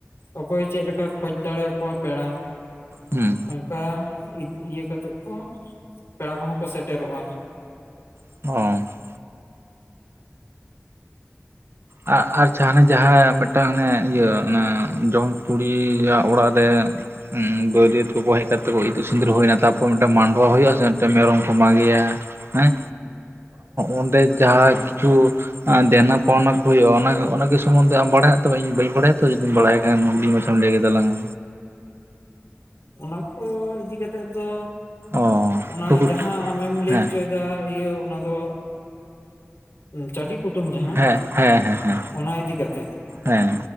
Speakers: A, on the left; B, on the right.
A: ᱚᱠᱚᱭ ᱪᱮᱫ ᱞᱮᱠᱟ ᱠᱷᱚᱡᱽ ᱫᱟᱲᱮᱭᱟ ᱠᱚᱣᱟ ᱯᱮᱲᱟ,
B: ᱦᱩᱸ
A: ᱚᱱᱠᱟ ᱤᱭᱟᱹ ᱠᱟᱛᱮᱜ ᱠᱚ ᱯᱮᱲᱟ ᱠᱚᱦᱚᱸ ᱠᱚ ᱥᱮᱴᱮᱨᱚᱜᱼᱟ᱾
B: <unintelligible> ᱟᱨ ᱱᱟᱦᱟᱸᱜ ᱡᱟᱦᱟᱸᱱᱟᱜ ᱡᱟᱦᱟᱸ ᱢᱤᱫᱴᱟᱝ ᱦᱟᱱᱮ ᱤᱭᱟᱹ ᱚᱱᱟ ᱡᱚᱢ ᱠᱩᱲᱤᱭᱟᱜ ᱚᱲᱟᱜ ᱨᱮ ᱵᱟᱹᱨᱭᱟᱹᱛ ᱠᱚᱠᱚ ᱦᱮᱡ ᱠᱟᱛᱮᱜ ᱠᱚ ᱤᱛᱩᱫ ᱥᱤᱸᱫᱩᱨ ᱦᱩᱭᱱᱟ ᱛᱟᱨᱯᱚᱨ ᱢᱤᱫᱴᱟᱝ ᱢᱟᱸᱰᱣᱟ ᱦᱩᱭᱩᱜᱼᱟ ᱥᱮ ᱢᱤᱫᱴᱟᱝ ᱢᱮᱨᱚᱢ ᱠᱚ ᱢᱟᱸᱜᱮᱭᱟ, ᱦᱮᱸ ᱚᱸᱰᱮ ᱡᱟᱦᱟᱸ ᱠᱤᱪᱷᱩ ᱫᱮᱱᱟ ᱯᱟᱣᱱᱟ ᱦᱩᱭᱩᱜᱼᱟ ᱚᱱᱟᱜᱮ ᱥᱚᱢᱫᱷᱮ ᱟᱢ ᱵᱟᱲᱟᱭᱟ ᱛᱚ ᱤᱧ ᱵᱟᱹᱧ ᱵᱟᱲᱟᱭᱟ ᱛᱚ ᱡᱩᱫᱤᱢ ᱵᱟᱲᱟᱭ ᱠᱷᱟᱱ ᱦᱩᱰᱤᱧ ᱢᱟᱪᱷᱟᱢ ᱞᱟᱹᱭ ᱠᱮᱛᱟᱞᱟᱝᱟ?
A: ᱚᱱᱟ ᱠᱚ ᱤᱫᱤ ᱠᱟᱛᱮ ᱫᱚ
B: ᱚ
A: ᱚᱱᱟ
B: ᱴᱩᱠᱩᱴ
A: ᱡᱟᱦᱟᱸ ᱟᱢᱮᱢ ᱞᱟᱹᱭ
B: ᱦᱮᱸ
A: ᱚᱪᱚᱭ ᱤᱭᱟᱹ ᱚᱱᱟ ᱫᱚ ᱪᱷᱟᱹᱰᱤ ᱠᱩᱴᱟᱹᱢ ᱡᱟᱦᱟᱸ
B: ᱦᱮᱸ ᱦᱮᱸ ᱦᱮᱸ ᱦᱮᱸ
A: ᱚᱱᱟ ᱤᱫᱤ ᱠᱟᱛᱮᱜ,
B: ᱦᱮᱸ